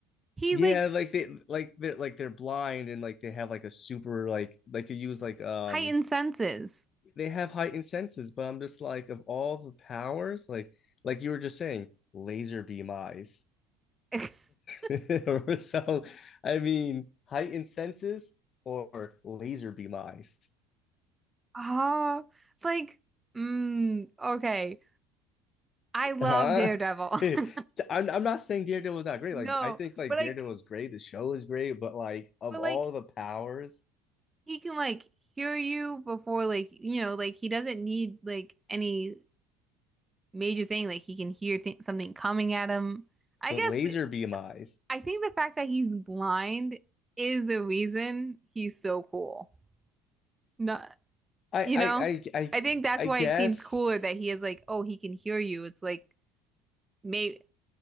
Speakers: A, on the right; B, on the left.
A: He
B: yeah
A: like s-
B: like they like they're like they're blind and like they have like a super like like you use like um
A: heightened senses.
B: they have heightened senses, but I'm just like of all the powers, like like you were just saying, laser beam eyes.
A: <laughs>
B: <laughs> so I mean, heightened senses or laser beam eyes.
A: Oh, like, mm, okay. I love
B: Huh?
A: Daredevil.
B: <laughs>
A: <laughs>
B: I'm I'm not saying Daredevil was not great.
A: No,
B: Like I think like
A: but like,
B: Daredevil was great, the show is great, but like of
A: but
B: all
A: like,
B: the powers,
A: he can like hear you before, like, you know, like he doesn't need like any major thing. Like he can hear th something coming at him. I
B: but
A: guess,
B: laser
A: but
B: beam eyes.
A: I think the fact that he's blind is the reason he's so cool. No.
B: I
A: You
B: I
A: know,
B: I I,
A: I think that's
B: I
A: why
B: guess,
A: it seems cooler that he is like, oh, he can hear you. It's like, maybe,